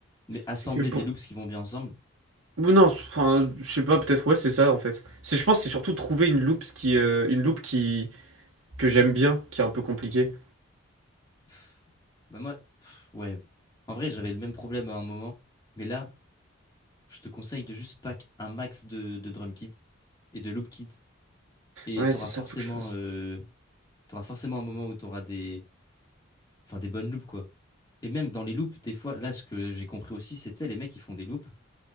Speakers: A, on the left; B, on the right.
A: Mais assembler
B: c'est que pour.
A: des loops qui vont bien ensemble?
B: Ou Non, c'est- enfin, je sais pas. Peut-être ouais, c'est ça en fait. C'est, je pense, que c'est surtout trouver une loop ce qui, euh, une loop qui que j'aime bien, qui est un peu compliquée.
A: Pff, Bah, moi, pff, ouais. En vrai, j'avais le même problème à un moment, mais là, je te conseille de juste pack un max de, de drum kit et de loop kit. Et
B: Ouais,
A: t'auras
B: c'est ça
A: forcément,
B: qu'il faut que je fasse.
A: euh, t'auras forcément un moment où t'auras des, enfin, des bonnes loupes, quoi. Et même dans les loupes, des fois, là, ce que j'ai compris aussi, c'est, tu sais, les mecs, ils font des loupes